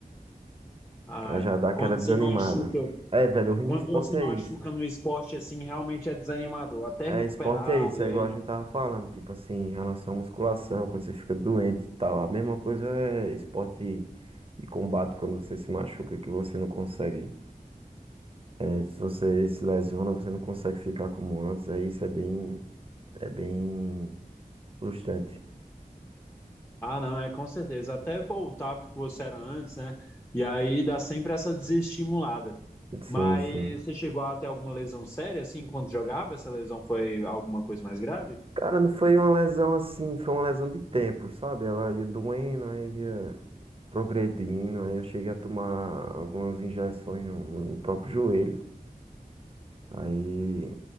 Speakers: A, on the left (about 15°); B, on the right (about 35°).
A: Ah,
B: Aí já dá aquela
A: quando
B: desanimada.
A: você machuca,
B: É, velho, o ruim
A: quando
B: de esporte
A: você machuca
B: é isso.
A: no esporte assim, realmente é desanimador, até
B: É,
A: recuperar
B: esporte é isso,
A: e
B: é igual
A: aí,
B: a gente tava falando, tipo assim, em relação à musculação, quando você fica doente e tal. A mesma coisa é esporte de combate, quando você se machuca, que você não consegue. é, se você se lesiona, você não consegue ficar como antes. Aí isso é bem, é bem frustrante.
A: ah, não, é com certeza, até voltar pro que você era antes, né? E aí dá sempre essa desestimulada.
B: Sim,
A: Mas
B: sim.
A: você chegou a ter alguma lesão séria assim quando jogava? Essa lesão foi alguma coisa mais grave?
B: Cara, não foi uma lesão assim, foi uma lesão de tempo, sabe? Ela ia doendo, aí ia. progredindo. Aí eu cheguei a tomar algumas injeções no, no- próprio joelho. Aí,